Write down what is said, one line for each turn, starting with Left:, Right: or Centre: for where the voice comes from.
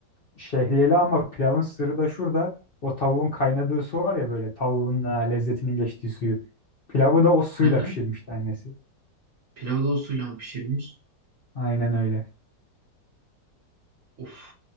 Left: Şehriyeli ama pilavın sırrı da şurada. O tavuğun kaynadığı su var ya böyle tavuğun ha, lezzetinin geçtiği suyu. Pilavı da o suyla
Right: Hı hı.
Left: pişirmişti annesi.
Right: Pilavı da o suyla mı pişirmiş?
Left: Aynen öyle.
Right: Of,